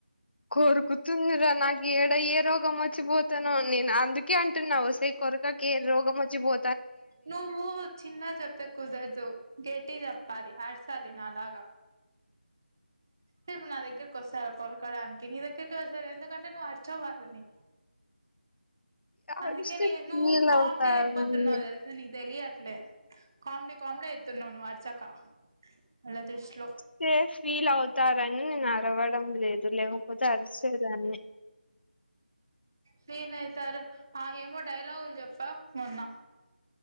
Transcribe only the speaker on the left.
కోరుకుతుందిరా నాకు ఏడా ఏ రోగం వచ్చిపోతానో నేను అందుకే అంటున్నావసే కొరకకె రోగ వచ్చి బో
అరిస్తే
ఫీల్
అవుతారని
సేఫ్ ఫీల్ అవుతారని నేను అరవడం లేదు. దుర్ లేకపోతే అరిసే దాన్నె